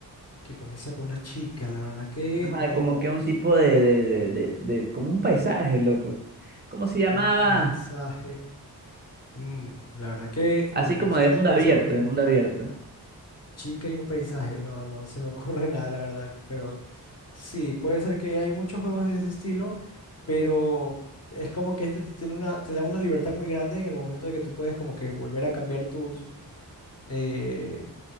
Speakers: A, on the left (about 40°); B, on the right (about 25°).
A: Que comienza con una chica, la verdad que
B: Ajá,
A: no.
B: como que un tipo de, de, de, de, de- como un paisaje, loco. ¿Cómo se llamaba?
A: Un paisaje. Mm, la verdad que
B: Así como
A: eh, los trato
B: de mundo
A: de pensar,
B: abierto,
A: pero
B: de
A: no.
B: mundo abierto.
A: Chica y un paisaje. No, no se me ocurre <laughs> nada, la verdad. Pero sí, puede ser que hay muchos juegos de ese estilo, pero es como que este te tiene una, te da una libertad muy grande en el momento de que tú puedes como que volver a cambiar tus, eh,